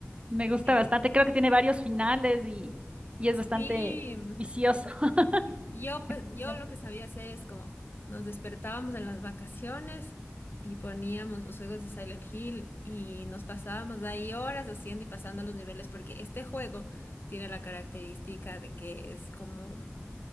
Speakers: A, on the right; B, on the left.
A: me gusta
B: eh,
A: bastante. Creo que tiene varios finales y, y es bastante
B: sí,
A: vicioso.
B: Yo,
A: <laughs>
B: pues,
A: Eficiente.
B: yo lo que sabía hacer es como nos despertábamos en las vacaciones y poníamos los juegos de Silent Hill y nos pasábamos de ahí horas haciendo y pasando los niveles porque este juego tiene la característica de que es como,